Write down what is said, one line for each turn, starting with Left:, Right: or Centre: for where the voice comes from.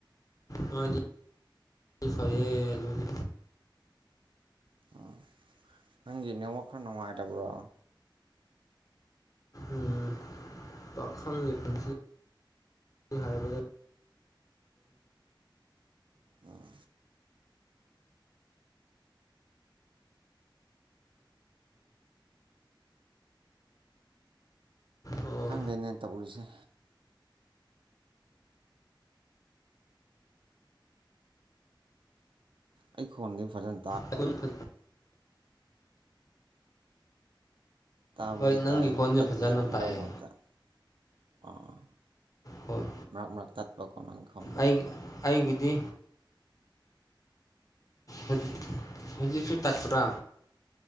Left: ꯅꯣꯏꯗꯤ ꯐꯩꯌꯦ ꯑꯗꯨꯗꯤ
Right: ꯑꯥ ꯅꯪꯒꯤ ꯅꯦꯠꯋꯥꯛ ꯈꯔ ꯅꯨꯡꯉꯥꯏꯇꯕ꯭ꯔꯣ
Left: ꯎꯝ ꯄꯥꯈꯪꯒꯤ ꯄꯨꯟꯁꯤꯅꯤ ꯍꯥꯏꯕꯗ
Right: ꯑꯥ
Left: ꯑꯣ
Right: ꯈꯪꯗꯦꯅꯦ ꯇꯧꯔꯤꯁꯦ ꯑꯩ ꯈꯣꯟꯗꯤ ꯐꯖꯟ__
Left: ꯑꯈꯨꯜ ꯊꯛꯇ
Right: ꯇꯥꯕꯨꯗꯤ
Left: ꯍꯣꯏ ꯅꯪꯒꯤ
Right: ꯇꯥꯏ
Left: ꯈꯣꯟꯁꯦ
Right: ꯇꯠꯂꯦꯕ
Left: ꯐꯖꯅ
Right: ꯃꯔꯛ
Left: ꯇꯥꯏꯌꯦ
Right: ꯃꯔꯛꯇ ꯑꯣ
Left: ꯍꯣꯏ
Right: ꯃꯔꯛ ꯃꯔꯛ ꯇꯠꯄꯀꯣ ꯅꯪ ꯈꯣꯟꯗꯣ
Left: ꯑꯩ ꯑꯩꯒꯤꯗꯤ ꯍꯨꯠ ꯍꯨꯖꯤꯛ ꯇꯠꯄꯔꯥ